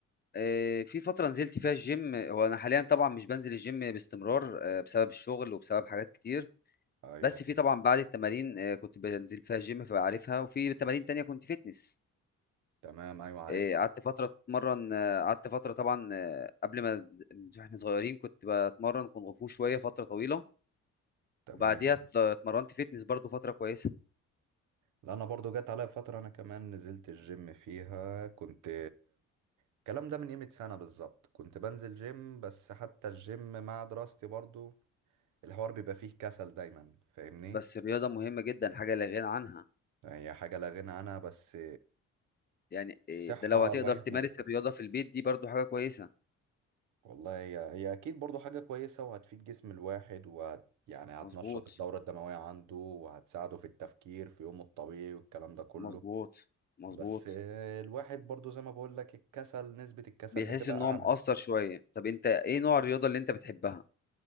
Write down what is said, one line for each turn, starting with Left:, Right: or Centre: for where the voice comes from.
Left: آه، في فتره نزلت فيها الجيم هو انا حاليا طبعا مش بنزل الجيم باستمرار آه، بسبب الشغل وبسبب حاجات كتير
Right: ايوه
Left: بس في طبعا بعد التمارين آه، كنت بنزل فيها الجيم فبعرفها وفي تمارين تانية كنت فتنس
Right: تمام ايوه عارفها
Left: آه، قعدت فتره اتمرن آه، قعدت فتره طبعا آه، قبل ما احنا صغيرين كنت بتمرن كونغ فو شويه فتره طويله
Right: تمام
Left: وبعديها ات- اتمرنت فيتنس برضو فترة كويسة
Right: لا انا برضو جت عليا فترة انا كمان نزلت الجيم فيها كنت الكلام ده من قيمة سنة بالظبط كنت بنزل جيم بس حتى الجيم مع دراستي برضو الحوار بيبقى فيه كسل دايما فاهمني؟
Left: بس الرياضة مهمة جدا حاجة لا غنى عنها
Right: يعني هي حاجة لا غنى عنها بس
Left: يعني إيه،
Right: الصحة
Left: ده لو هتقدر
Right: الواحد
Left: تمارس
Right: ما
Left: الرياضة في البيت دي برضو حاجة كويسة
Right: والله هي هي أكيد برضو حاجة كويسة وهتفيد جسم الواحد وهت يعني هتنشط
Left: مظبوط
Right: الدورة الدموية عنده وهتساعده في التفكير في يومه الطبيعي والكلام ده كله
Left: مظبوط مظبوط
Right: بس آه، الواحد برضو زي ما بقول لك الكسل نسبة الكسل
Left: بيحس
Right: بتبقى
Left: ان هو
Right: أعلى
Left: مقصر شوية طب انت ايه نوع الرياضة اللي انت بتحبها